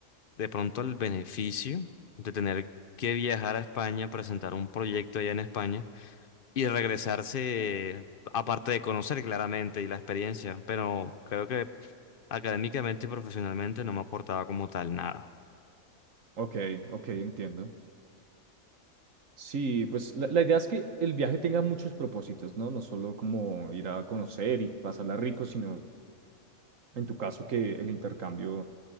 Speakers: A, on the left (about 45°); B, on the right (about 70°).
A: de pronto el beneficio de tener que viajar a España, presentar un proyecto allá en España y regresarse, aparte de conocer claramente y la experiencia, pero creo que académicamente y profesionalmente no me aportaba como tal nada.
B: ok, ok, entiendo. Sí, pues la, la idea es que el viaje tenga muchos propósitos, ¿no? No solo como ir a conocer y pasarla rico, sino en tu caso que el intercambio,